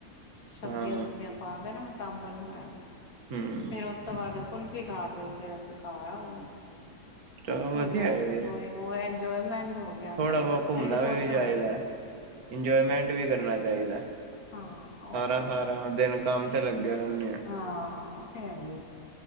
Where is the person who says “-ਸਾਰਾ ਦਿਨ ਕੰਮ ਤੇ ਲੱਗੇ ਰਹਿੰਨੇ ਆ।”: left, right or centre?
Right